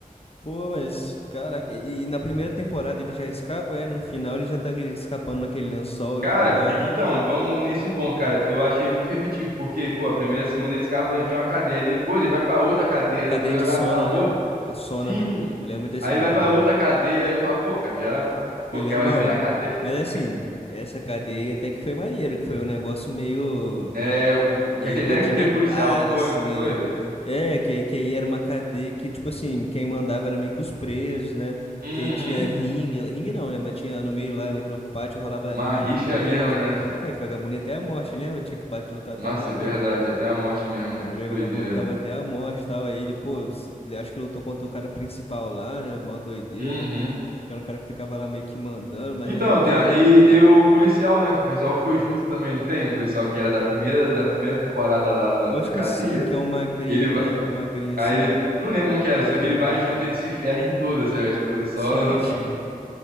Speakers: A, on the left; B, on the right.
A: Pô, mas, caraca, e e na primeira temporada ele já escapa, é? No final ele já tá ali escapando naquele lençol
B: Cara,
A: e tudo mais,
B: e-
A: né?
B: então, vamos nesse ponto, cara. Eu achei muito repetitivo, porque, pô, a primeira, a segunda ele escapa de uma cadeia, aí depois ele vai pra outra cadeia,
A: A
B: aí
A: cadeia
B: depois ele
A: de
B: vai
A: Sona,
B: pra outra.
A: né? É, Sona,
B: Sim.
A: né? Eu lembro desse
B: Aí ele
A: nome.
B: vai pra outra cadeia, aí eu falo, pô, cara, já. Pô,
A: Eu
B: o cara
A: lembro,
B: vai
A: bom,
B: viver na cadeia. <laughs>
A: mas assim, essa cadeia até que foi maneiro, que foi um negócio meio.
B: É, o, o-
A: meio
B: que até
A: rudimentar,
B: aquele policial foi,
A: assim,
B: não foi?
A: né? É, que aí, que aí era uma cadeia que, tipo assim, quem mandava era meio que os presos, né?
B: Uhum.
A: Que aí tinha ringue, ringue não, né? Mas tinha no meio lá, naquele pátio, rolava
B: Uma
A: rinha
B: rixa
A: de preso.
B: mesmo, né?
A: É, que vagabundo ia até a morte, lembra? Tinha que bater, lutar
B: Nossa,
A: até a morte.
B: verdade, até a morte mesmo,
A: O
B: né? Que doideira,
A: vagabundo lutava
B: velho.
A: até a morte e tal. Aí ele, pô, s- ele acho que lutou contra o cara principal lá, né? Mó doideira.
B: Uhum.
A: Que era um cara que ficava lá meio que mandando, mas
B: Então,
A: eu lembro
B: tem
A: que aí
B: a-
A: era
B: e
A: doideira.
B: tem o policial, né? Que o policial foi junto também, não tem? Um policial que era da primeira, da primeira temporada lá da,
A: Eu
B: da
A: acho
B: cadeia.
A: que sim, que é um magrinho,
B: Ele vai.
A: né? Um magrinho assim,
B: Aí ele. Eu não lembro como que era,
A: mais
B: só que
A: velhinho.
B: ele vai junto, ele se ferra em todas, sabe? Tipo, ele só.
A: Sim,
B: <laughs>
A: sim.